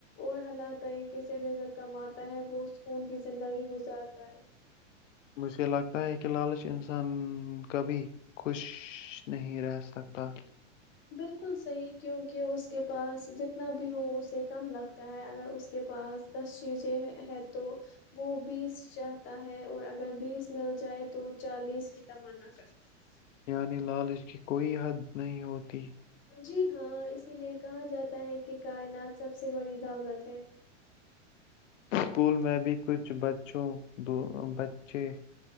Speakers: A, on the left; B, on the left.
A: اور حالات طریقے سے رزک کماتا ہے وہ سکون کی زندگی گزارتا ہے
B: مجھے لگتا ہے کہ لالچ انسان کبھی خوش نہیں رہ سکتا <unintelligible>
A: بالکل صحیح کیونکہ اس کے پاس جتنا بھی ہو اسے کم لگتا ہے اگر اس کے پاس دس چیزیں ہے تو وہ بیس چاہتا ہے اور اگر بیس مل جائے تو چالیس کی تمنا کرتا ہے
B: یعنی لال اس کی کوئی حد نہیں ہوتی
A: جی ہاں اسی لیے کہا جاتا ہے کہ کائنات سب سے بڑی دولت ہے <unintelligible>
B: اسکول میں بھی کچھ بچوں بچے